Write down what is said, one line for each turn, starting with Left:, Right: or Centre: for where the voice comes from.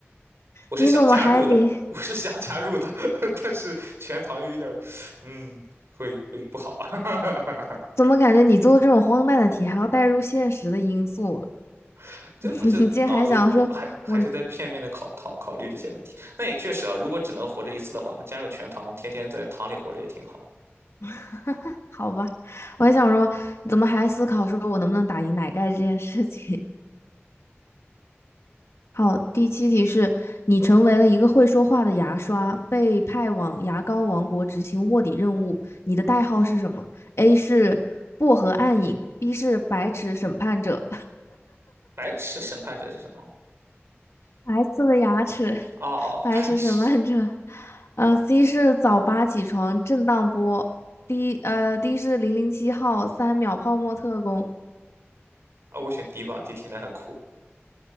Right: 我是想加入的，
Left: 你怎么还连？
Right: 我是想加入的，<laughs> 但是全糖又有点儿，嗯，会会不好啊。
Left: 怎么感觉你做这种荒诞的题还要带入现实的因素？
Right: <laughs> 这不是脑子还还是在片面的考考考虑这些问题。
Left: <laughs> 你竟然还想说我，
Right: 那也确实啊，如果只能活着一次的话，那加入全糖，天天在糖里活着也挺好。
Left: <laughs> 好吧，我还想说，你怎么还思考说我能不能打赢奶盖这件事情？<laughs> 好，第七题是你成为了一个会说话的牙刷，被派往牙膏王国执行卧底任务，你的代号是什么？A 是薄荷暗影，B 是白齿审判者
Right: 白池审判者是什么？
Left: 白色的牙齿，
Right: 哦哦，
Left: <laughs> 白齿审判者，
Right: 白池
Left: 嗯，C 是早八起床，震荡波。D 呃，D 是零零七号，三秒泡沫特工。
Right: 啊，我选 D 吧，D 听起来很酷。